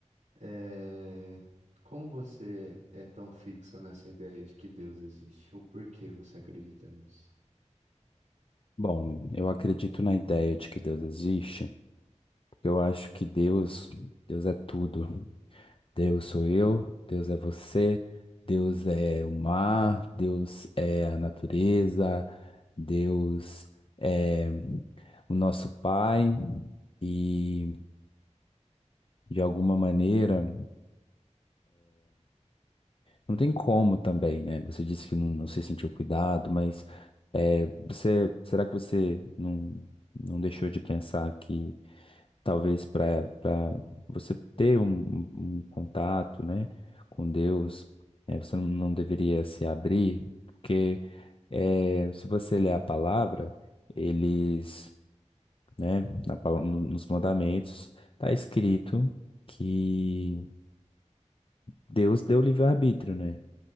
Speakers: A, on the right; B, on the left.
A: É, como você é tão fixo nessa ideia de que Deus existe? Ou por que você acredita nisso?
B: Bom, eu acredito na ideia de que Deus existe. Eu acho que Deus, Deus é tudo. Deus sou eu, Deus é você, Deus é o mar, Deus é a natureza, Deus é o nosso Pai. E de alguma maneira, não tem como também, né? Você disse que não, não se sentiu cuidado, mas é, você, será que você não, não deixou de pensar que talvez para para você ter um, um- um contato, né, com Deus, eh, você não não deveria se abrir, porque eh, se você ler a palavra, eles, né, na pala- no- nos mandamentos está escrito que Deus deu livre-arbítrio, né?